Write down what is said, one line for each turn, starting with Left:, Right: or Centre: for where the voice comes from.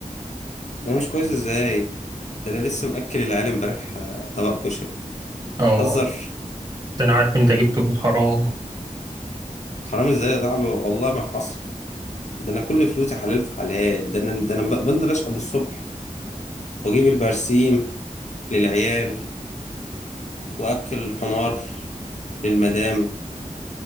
Left: انا مش كويس ازاي ده انا لسه مأكل العيال امبارح آه، طبق كشري
Right: اه
Left: تهزر
Right: ده انا عارف انت جبته بالحرام
Left: حرام ازاي يا صاحبي والله ما حصل ده انا كل فلوسي حلال في حلال ده انا ده انا ب- بنزل اشقى من الصبح واجيب البرسيم للعيال واكل الحمار للمدام